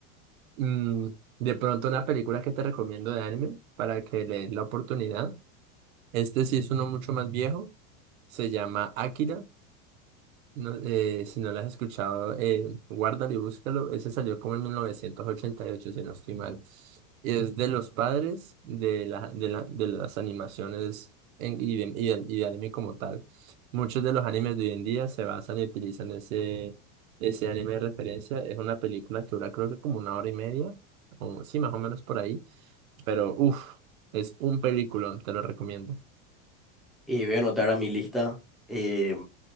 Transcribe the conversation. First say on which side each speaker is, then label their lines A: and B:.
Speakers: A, on the right (about 85°); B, in the centre.
A: Mm, de pronto una película que te recomiendo de anime para que le des la oportunidad. Este sí es uno mucho más viejo. Se llama Akira. No, eh, si no lo has escuchado, eh, guárdalo y búscalo. Ese salió como en 1988 si no estoy mal. Y es de los padres de, la, de, la, de las animaciones en- y, de, y, de y de anime como tal. Muchos de los animes de hoy en día se basan y utilizan ese, ese anime de referencia. Es una película que dura creo que como una hora y media, o sí, más o menos por ahí. Pero uff, es un peliculón, te lo recomiendo.
B: Y voy a anotar a mi lista, eh,